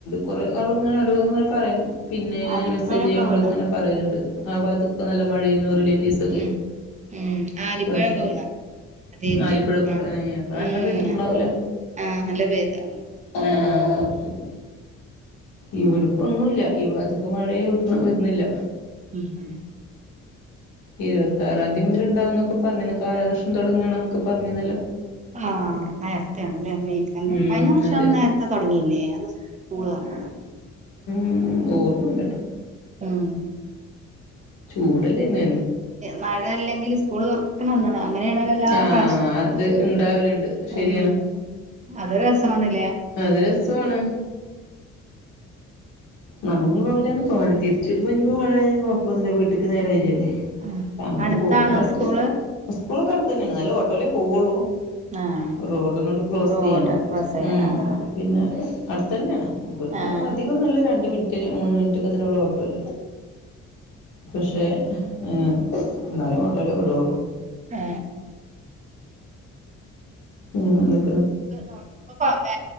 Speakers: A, on the left; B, on the right.
A: കുറെേ ആളും ഇങ്ങനെ ഓരോന്ന് ഇങ്ങനെ പറയല് പിന്നെ
B: ആലിപ്പഴൊക്കെ
A: മെസ്സേജ് ചെയ്യുമ്പോഴക്കെ
B: വീണ്
A: ആ ഭാഗത്ത് ഇപ്പ നല്ല മഴയരുന്നു റിലേറ്റീവ്സൊക്കെ
B: ഉം ഉം ആലിപ്പഴൊക്കെ
A: പക്ഷേ
B: വീണ് അതേറ്റ്
A: ആലിപ്പഴവൊക്കെണ്ടോ
B: ആഹ്
A: അപ്പൊ നല്ല
B: ഉം
A: പെയ്തിട്ടൊണ്ടാവുമല്ലോ?
B: ആഹ് നല്ല പെയ്ത്
A: ആഹ് ശരി ഇവിടക്കൊന്നുല്ല ഇവ അത്രക്കും മഴയും വരുന്നില്ല.
B: ഇം മ്മ്
A: ഇരുപത്തി ആറാം തീയതി മുതൽണ്ടാവുംന്നൊക്കെ പറഞ്ഞിന്ന കാലാവർഷം തുടങ്ങണന്നൊക്കെ പറഞ്ഞിന്നല്ലോ
B: ആഹ നേരത്തെ ആണല്ലേ വെന്ന
A: ഉം
B: കഴിഞ്ഞ വർഷം
A: അതെ
B: നേരത്തെ തുടങ്ങിയില്ലേ അത് സ്കൂള് തുറന്നരെ
A: ഇം ഓർമില്ലാടോ
B: മ്മ്
A: ചൂടല്ലേ ഇന്ന്
B: മഴ അല്ലെങ്കിൽ സ്കൂൾ തുറക്കണ അന്ന്ണ് അങ്ങനെയ <unintelligible>
A: ആഹ് അത് ഇണ്ടാവലുണ്ട് ശരിയാണ്
B: ഇം അത് ഒരു രസണല്ലേ
A: അത് രസമാണ് നനഞ്ഞു പോലാണ് പാട് തിരിച്ചൂവരുമ്പോഞ്ഞപ്പം മഞ്ഞപ്പോ മഴയ കൊഴപ്പൊന്നില്ല വീട്ടിക്ക് നേരം വരുംല്ലേ
B: ആഹ്
A: പ അങ്ങോട്ട്
B: അടുത്താണോ
A: പോകുമ്പോഴാണ്
B: സ്കൂള്
A: സ്കൂളൊക്കെ അടുത്ത് തന്നെയാണ് എന്നാലും ഓട്ടോയിലെ പോവുള്ളൂ
B: ആഹ്
A: റോഡ്ന്നോട്ട് ക്രോസ്
B: റോഡ്
A: ചെയ്യണം
B: ക്രോസെയ്യാൻ ആഹ്
A: മു പിന്നെ അടുത്തന്നെയാണ് <unintelligible>
B: ആഹ്
A: രണ്ട് മിനിറ്റ് മൂന്ന് മിനിറ്റ് ഒക്കെ തന്നെ ഉള്ളൂ ഓട്ടോൽ പക്ഷേ ഏ എന്നാല്ലും ഓട്ടോലെ വിടള്ളു
B: ആ
A: ഉം അ
B: നോട്ട് ബുക്ക് ബാഗ്